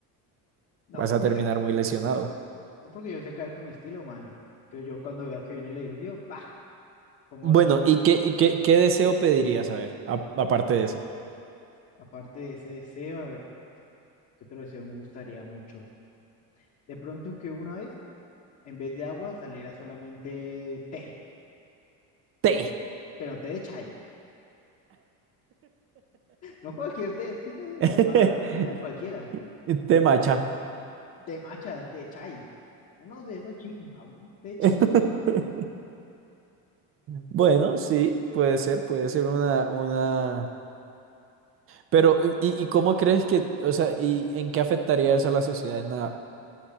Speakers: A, on the left (about 40°); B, on the right (about 35°).
A: No
B: vas
A: porque
B: a terminar
A: yo,
B: muy lesionado.
A: no porque yo sé caer con estilo, mani. Entonces yo cuando vea que viene el edificio, pa, pongo
B: Bueno,
A: donde va.
B: ¿y qué, y qué, qué deseo pedirías? A ver, a- aparte de ese.
A: Aparte de ese deseo, a ver, ¿qué otro deseo me gustaría mucho? De pronto que una vez, en vez de agua, saliera solamente té.
B: Té.
A: pero té de chai. No cualquier té, es que eso
B: <laughs>
A: es tomar aromática cualquiera.
B: Té macha.
A: Té matcha, té chai. Uno de esos chimpa, un té
B: <laughs>
A: chimpa.
B: Bueno, sí, puede ser, puede ser una, una. Pero, ¿y, y cómo crees que, o sea, y en qué afectaría eso a la sociedad? En nada.